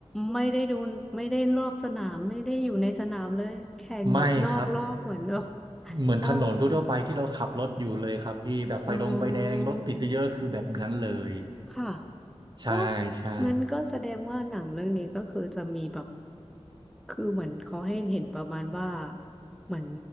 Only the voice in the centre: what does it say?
ไม่ได้ดูไม่ได้รอบสนาม ไม่ได้อยู่ในสนามเลย แข่งแบบนอกรอบเหมือนแบบ
อ๋ออ๋อค่ะ
ก็มันก็แสดงว่าหนังเรื่องนี้ก็คือจะมีแบบคือเหมือนเขาให้เห็นประมาณว่าเหมือน